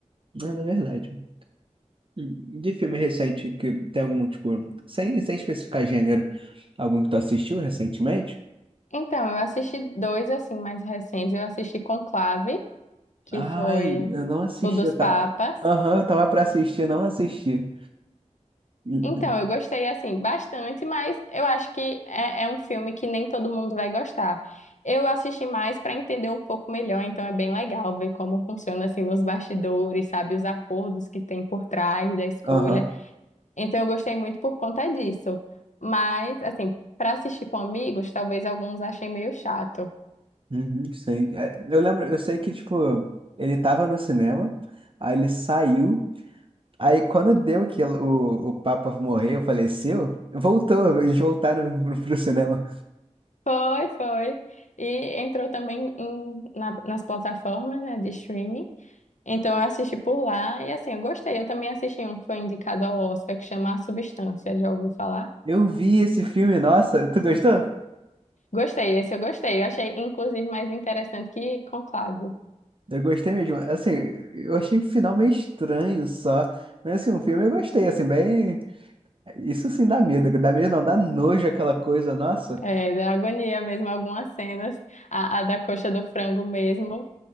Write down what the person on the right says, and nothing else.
Não, é verdade. De filme recente que tem algum, tipo, sem, sem especificar gênero, algum que tu assistiu recentemente?
Ai,
eu não assisti,
eu
tava. Aham, eu tava pra assistir, não assisti. Uhum,
Aham,
uhum, sei. É, Eu lembro, eu sei que, tipo, ele tava no cinema, aí ele saiu, aí quando deu que o, o Papa morreu, faleceu, voltou, eles voltaram pro, pro cinema.
Eu vi esse filme, nossa, tu gostou?
Eu gostei mesmo. Assim, eu achei o final meio estranho só. Mas assim, o filme eu gostei, assim, bem. Isso sim dá medo. Dá medo não, dá nojo aquela coisa, nossa.